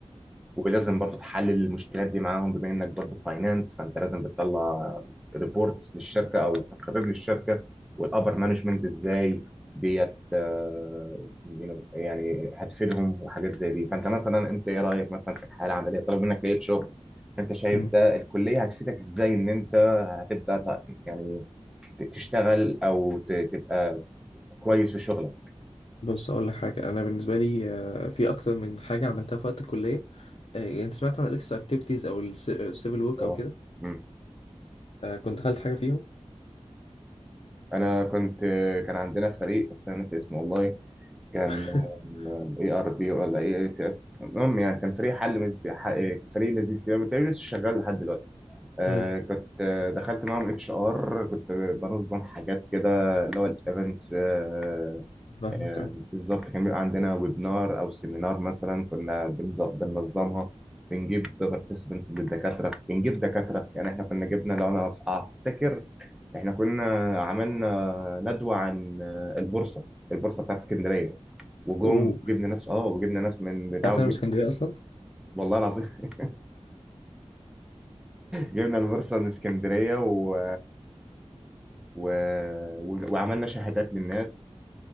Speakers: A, in the centre; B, on the left.
A: ولازم برضو تحلل المشكلات دي معاهم بما انك برضو فاينانس فانت لازم بتطلع ريبورتس للشركه او تقارير للشركه والابر مانجمنت ازاي ديت آه، you know، يعني هتفيدهم وحاجات زي دي فانت مثلا انت ايه رايك مثلا في الحياه العمليه طالما منك لقيت شغل انت شايف
B: مم.
A: ده الكليه هتفيدك ازاي ان انت هتبدا ت- يعني ت- تشتغل او ت- تبقى كويس في شغلك
B: بص اقول لك حاجه انا بالنسبه لي آه، في اكتر من حاجه عملتها في وقت الكليه آه، انت سمعت عن الاكسترا اكتيفيتيز او السيفل ورك
A: اه
B: او كده
A: مم.
B: آه، كنت دخلت حاجه فيهم
A: انا كنت كان عندنا فريق بس انا ناسي اسمه والله كان
B: <laughs>
A: اي ار بي ولا اي اي تي اس المهم يعني كان فريق حل من فريق لذيذ كده كنت لسه شغال لحد دلوقتي آه
B: مم.
A: كنت آه، دخلت معاهم اتش ار كنت بنظم حاجات كده اللي هو الايفنتس آه
B: فاهمك
A: آه
B: اه
A: بالظبط كان بيبقى عندنا ويبنار او سيمينار مثلا كنا بنض- بننظمها بنجيب بارتيسبنتس للدكاتره بنجيب دكاتره يعني احنا كنا جبنا لو انا أف- افتكر احنا كنا عملنا ندوه عن آه، البورصه البورصه بتاعت اسكندريه وجم
B: اوه
A: وجبنا ناس اه وجبنا ناس من بتاع
B: تعرف
A: وجب
B: إن انا من اسكندريه اصلا
A: والله العظيم <laughs> جبنا البورصه من اسكندريه و... و... و... وعملنا شهادات للناس